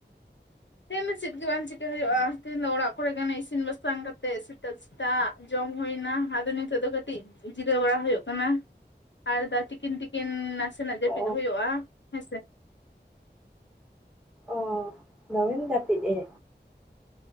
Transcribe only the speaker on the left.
ᱛᱮᱦᱮᱧ ᱫᱚ ᱪᱮᱫ ᱜᱮ ᱵᱟᱝ ᱪᱤᱠᱟ ᱦᱩᱭᱩᱜᱼᱟ᱾ ᱛᱮᱦᱮᱧ ᱫᱚ ᱚᱲᱟᱜ ᱠᱚᱨᱮ ᱜᱟᱱᱮ ᱤᱥᱤᱱ ᱵᱟᱥᱟᱝ ᱠᱟᱛᱮ ᱥᱤᱴᱟ ᱛᱟᱜ ᱡᱚᱢ ᱦᱩᱭᱱᱟ ᱟᱫᱚ ᱱᱤᱛᱚᱜ ᱫᱚ ᱠᱟᱹᱴᱤᱡ ᱡᱤᱨᱟᱹᱣ ᱵᱟᱲᱟ ᱦᱩᱭᱩᱜ ᱠᱟᱱᱟ᱾ ᱟᱨ ᱫᱟ ᱛᱤᱠᱤᱱ ᱛᱤᱠᱤᱱ ᱱᱟᱥᱮᱱᱟᱜ
ᱡᱟᱹᱯᱤᱫ ᱦᱩᱭᱩᱜᱼᱟ ᱦᱮᱸᱥᱮ᱾